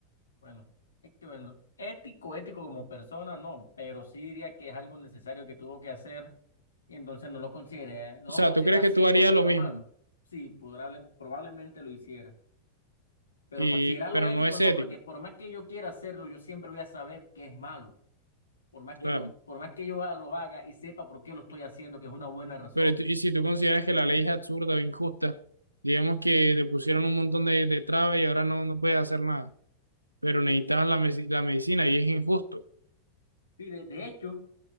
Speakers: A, on the left; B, on the right.
A: Bueno, es que bueno, ético, ético como persona, no, pero sí diría que es algo necesario que tuvo que hacer y entonces no lo consideré, no
B: O
A: lo
B: sea,
A: consideré
B: tú crees que
A: cien
B: tú harías
A: por ciento
B: lo mismo,
A: malo. Sí, probable- probablemente lo hiciera, pero
B: y,
A: considerarlo
B: pero
A: ético
B: no es
A: no,
B: ético,
A: porque por más que yo quiera hacerlo, yo siempre voy a saber que es malo. Por más
B: claro.
A: que no, por más que yo ha- lo haga y sepa por qué lo estoy haciendo, que es una buena razón.
B: Pero tú- y si tú consideras que la ley es absurda o injusta, digamos que te pusieron un montón de, de trabas y ahora no, no puedes hacer nada, pero
A: Sí,
B: necesitabas la, meci- la medicina y es injusto.
A: sí, de, de hecho,